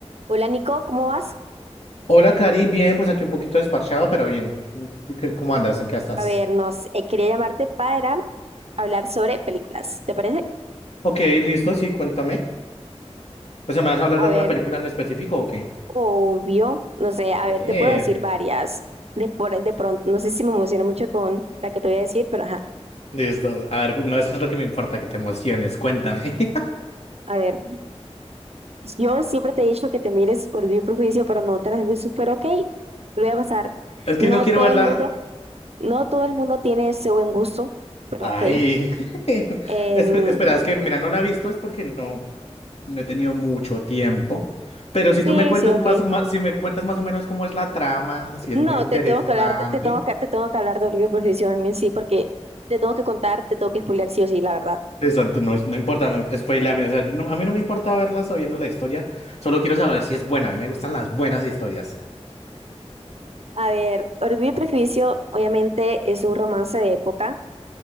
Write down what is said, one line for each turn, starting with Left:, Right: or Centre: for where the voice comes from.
Right: Hola Nico, ¿cómo vas?
Left: Hola, Cari. Bien, pues aquí un poquito desparchado, pero bien. ¿Tú qué, cómo andas? ¿En qué estás?
Right: A ver, nos eh, quería llamarte para hablar sobre películas, ¿te parece?
Left: Ok, listo, sí, cuéntame. O sea, ¿me vas a hablar
Right: A
Left: de alguna
Right: ver,
Left: película en específico o qué?
Right: obvio, no sé,
Left: A
Right: a
Left: ver.
Right: ver, te puedo decir varias de, por, de pronto, no sé si me emociona mucho con la que te voy a decir, pero ajá,
Left: Listo. A ver, no, eso es lo que me importa, que te emociones. Cuéntame. <laughs>
Right: a ver, yo siempre te he dicho que te mires Orgullo y Prejuicio, pero no te las has visto, pero ok, te lo voy a pasar.
Left: Es
Right: No
Left: que no quiero
Right: todo
Left: verla.
Right: el mundo, no todo el mundo tiene ese buen gusto, pero
Left: Ay.
Right: ok.
Left: <laughs>
Right: Em,
Left: Espe- espera, es que, mira, no la he visto, es porque no, no he tenido mucho tiempo. Pero si
Right: sí,
Left: tú me cuentas
Right: sí, ok.
Left: más, más, si me cuentas más o menos cómo es la trama, si es
Right: No,
Left: muy interesante.
Right: te tengo que hablar, de- te tengo que, te tengo que hablar de Orgullo y Prejuicio en sí, porque te tengo que contar, te tengo que spoilear sí o sí, la verdad.
Left: Eso no, es- no importa, me- spoileame, o sea, yo no- a mí no me importa verla sabiendo la historia, solo quiero saber si es buena, a mí me gustan las buenas historias.
Right: A ver, Orgullo y Prejuicio obviamente es un romance de época